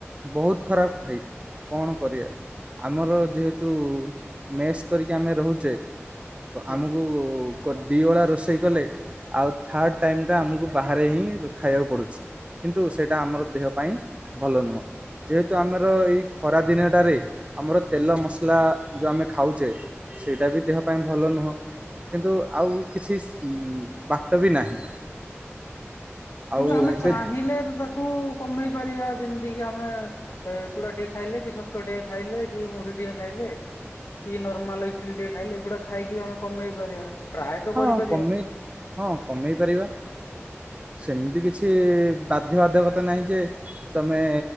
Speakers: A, on the right; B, on the left.
A: ବହୁତ ଖରାପ ଭାଇ କଣ କରିବା ଆମର ଯେହେତୁ ମେସ୍ କରିକି ଆମେ ରହୁଛେ
B: ହୁଁ।
A: ଆମକୁ ଦୁଇଓଳା ରୋଷେଇ କଲେ, ଆଉ ଥାର୍ଡ଼ ଟାଇମଟା ଆମକୁ ବାହାରେ ହିଁ ଖାଇବାକୁ ପଡ଼ୁଛି। କିନ୍ତୁ ସେଇଟା ଆମର ଦେହ ପାଇଁ ଭଲ ନୁହଁ। ଯେହେତୁ ଆମର ଏଇ ଖରା ଦିନଟାରେ ଆମର ତେଲ ମସଲା ଯୋଉ ଆମେ ଖାଉଛେ ସେଇଟା ବି ଦେହ ପାଇଁ ଭଲ ନୁହଁ। କିନ୍ତୁ ଆଉ କିଛି ଉ ବାଟ ବି ନାହିଁ। ଆଉ
B: କିନ୍ତୁ ଆମେ
A: ଏବେ
B: ଚାହିଁଲେ ତ ତାକୁ କମେଇ ପାରିବା ଯେମିତି ଯେତିକି ଆମେ ଚୁଡା ଟିକେ ଖାଇଲେ, କି ଛତୁଆ ଟିକେ ଖାଇଲେ, କି ମୁଢି ଟିକେ ଖାଇଲେ କି ନର୍ମାଲ ଇଟିଲି ଟିକେ ଖାଇଲେ ଏଇଗୁଡା ଖାଇକି ବି ଆମେ କମେଇ ପାରିବା। ଟ୍ରାଏ ତ
A: ହଁ
B: କରିପାରିବା
A: କମେଇ ହଁ କମେଇ ପାରିବା। ସେମିତି କିଛି ବାଧ୍ୟ ବାଧ୍ୟକତା ନାହିଁ ଯେ ତମେ